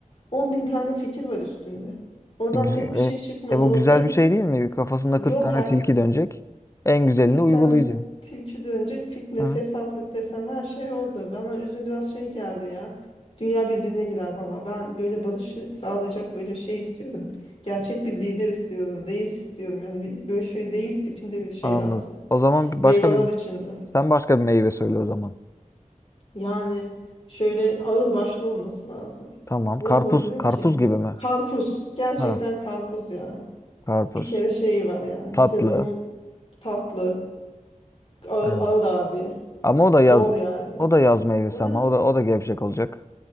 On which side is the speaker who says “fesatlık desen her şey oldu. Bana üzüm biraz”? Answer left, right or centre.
Left